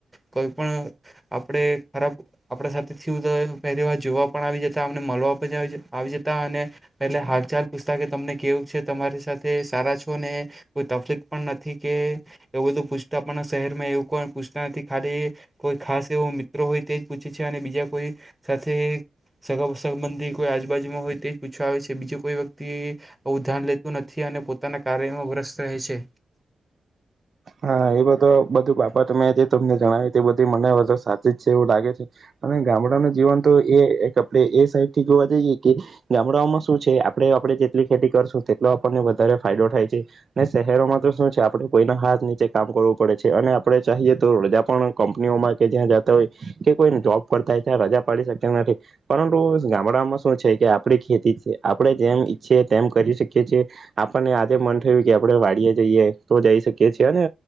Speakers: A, in the centre; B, on the right.
A: કોઈ પણ આપણે ખરાબ આપણા સાથે થયું તો પહેલી વાર જોવા પણ આવી જતા અમને મલવા આવી જતા અને પહેલે હાલચાલ પૂછતા કે તમને કેવું છે તમારી સાથે સારા છો ને કોઈ તફલી પણ નથી કે એવું બધું પૂછતા પણ શહેરમાં એવું પણ પૂછતા નથી ખાલી કોઈ ખાસ એવો મિત્રો હોય તેજ પૂછે છે અને બીજા કોઈ સાથે સગા સબંધી કોઈ આજુબાજુમાં હોય તે જ પૂછવા આવે છે બીજું કોઈ વ્યક્તિ આવું ધ્યાન લેતું નથી અને પોતાના કાર્યમાં વસ્ત રહે છે.
B: હા એ બધો બધું બાપત મેં જે તમને જણાવ્યું તે બધી મને બધી સાચી જ છે એવું લાગે છે અને ગામડાનું જીવન તો એ એક આપણે એ સાઈડ થી જોવા જઈએ કે ગામડાઓમાં શું છે આપણે આપણે જેટલી ખેતી કરશું તેટલો આપણને વધારે ફાયદો થાય છે ને શહેરોમાં તો શું છે આપડે કોઈના હાથ નીચે કામ કરવું પડે છે અને આપણે ચાહિએ તો રજા પણ કંપનીઓમાં કે જ્યાં જતા હોય કે કોઈ જોબ કરતા હોય ત્યાં રજા પાડી શકતા નથી પરંતુ ગામડામાં શું છે કે આપડી ખેતી છે આપણે જેમ ઈચ્છીએ તેમ કરી શકીએ છએ આપણને આજે મન થયું કે આપણે વાડીએ જઈએ. તો જઈ શકી છે. અને